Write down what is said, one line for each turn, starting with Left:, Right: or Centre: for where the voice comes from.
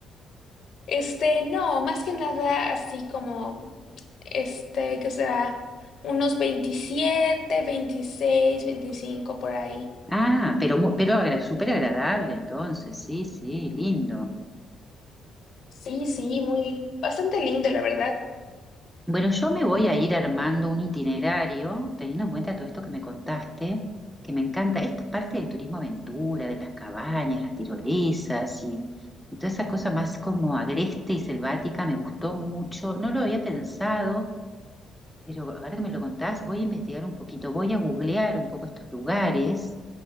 Left: Este, no, más que nada así como, este, que será unos 27 26 25 por ahí.
Centre: Ah, pero, mu- pero agra- súper agradable entonces, sí, sí, lindo.
Left: Sí, sí, muy, bastante lindo, la verdad.
Centre: Bueno, yo me voy a ir armando un itinerario, teniendo en cuenta todo esto que me contaste, que me encanta. Esto es parte del turismo aventura, de las cabañas, las tirolesas y, y toda esa cosa más como agreste y selvática, me gustó mucho. No lo había pensado, pero ahora que me lo contás, voy a investigar un poquito, voy a googlear un poco estos lugares